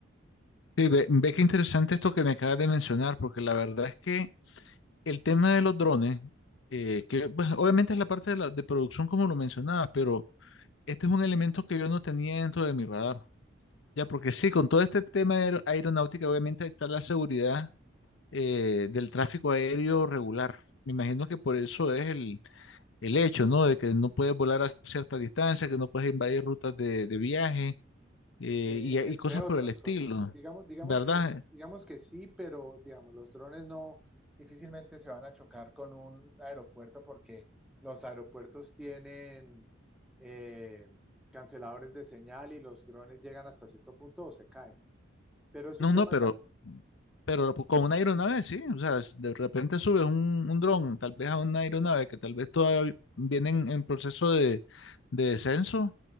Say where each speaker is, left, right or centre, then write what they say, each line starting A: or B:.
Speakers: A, on the left (about 65°); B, in the centre.
A: Sí, ve, ve qué interesante esto que me acabas de mencionar, porque la verdad es que el tema de los drones, eh, que pues, obviamente es la parte de, la, de producción como lo mencionabas, pero este es un elemento que yo no tenía dentro de mi radar. Ya, porque sí, con todo este tema de aer- aeronáutica, obviamente está la seguridad eh, del tráfico aéreo regular. Me imagino que por eso es el, el hecho, ¿no? De que no puedes volar a cierta distancia, que no puedes invadir rutas de, de viaje eh,
B: eh,
A: y, y
B: entre
A: cosas
B: otras
A: por el estilo,
B: cosas. Digamos, digamos
A: ¿verdad?
B: que, digamos que sí, pero digamos, los drones no difícilmente se van a chocar con un aeropuerto porque los aeropuertos tienen eh, canceladores de señal y los drones llegan hasta cierto punto o se caen. Pero es
A: No,
B: un tema
A: no, pero
B: también.
A: Pero con una aeronave, sí. O sea, si de repente subes un, un dron, tal vez a una aeronave que tal vez todavía vienen en proceso de, de descenso,